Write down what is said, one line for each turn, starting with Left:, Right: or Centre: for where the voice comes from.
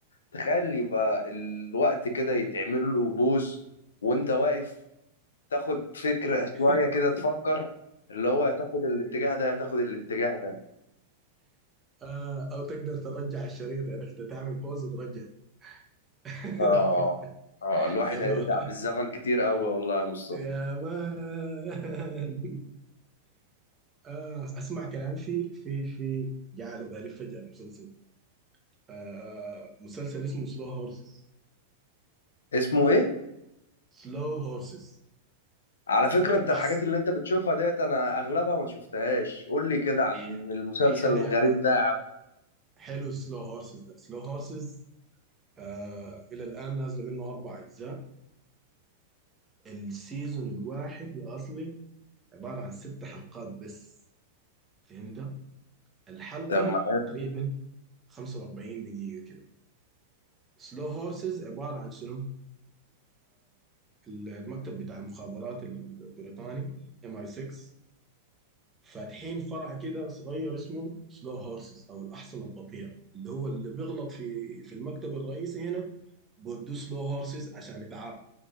Left: تخيل يبقى الوقت كده يتعمل له بوز وانت واقف تاخد فكرة
Right: <laughs>
Left: شوية كده تفكر اللي هو يا تاخد الاتجاه ده يا تاخد الاتجاه ده
Right: آه او تقدر ترجع الشريط عرفت تعمل بوز وترجع <laughs>
Left: اه اه الواحد
Right: حلوة
Left: هيرجع بالزمن كتير قوي والله يا مصطفى
Right: يا مان آه اسمع كلام في في في جاء على بالي فجأة المسلسل ده آه مسلسل اسمه سلو هورسز
Left: اسمه ايه
Right: سلو هورسز
Left: على فكرة
Right: الأحس
Left: انت الحاجات اللي انت بتشوفها ديت انا اغلبها ما شفتهاش قول لي كده عن
Right: ح-
Left: المسلسل
Right: حلو
Left: الغريب
Right: يا مان
Left: ده يا عبد
Right: حلو سلو هورسز ده سلو هورسز آه إلى الآن نازلة منه أربع أجزاء السيزون الواحد يا أصلي عبارة عن ست حلقات بس فهمت؟ الحلقة
Left: طب ما
Right: تقريبا 45 دقيقة كده سلو هورسز عبارة عن شنو؟ المكتب بتاع المخابرات البريطاني ام اي 6 فاتحين فرع كده صغير اسمه سلو هورسز او الاحصنه البطيئه اللي هو اللي بيغلط في في المكتب الرئيسي هنا بودوه سلو هورسز عشان يتعاقب